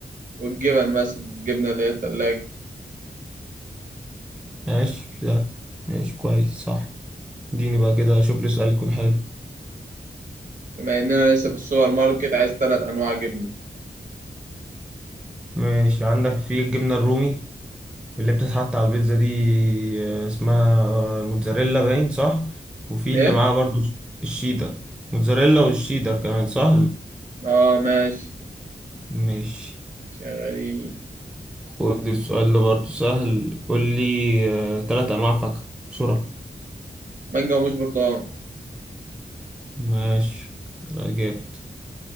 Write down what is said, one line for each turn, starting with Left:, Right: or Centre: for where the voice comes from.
Right: والجبن مثلا الجبنة اللي هي التلاجة
Centre: ماشي ده ماشي كويس صح اديني بقى كده شوف لي سؤال يكون حلو
Right: بما إننا لسه في السوبر ماركت عايز ثلاث أنواع جبنة
Centre: ماشي عندك في الجبنة الرومي اللي بتتحط على البيتزا دي آه، اسمها آه، موتزاريلا باين صح وفي
Right: إيه؟
Centre: اللي معاها برضو الشيدر موتزاريلا والشيدر كمان صح
Right: آه ماشي
Centre: ماشي
Right: شغالين
Centre: خد السؤال ده برضو سهل قول لي آه، تلات أنواع فاكهة بسرعة
Right: مانجا وموز برتقال
Centre: ماشي لا جامد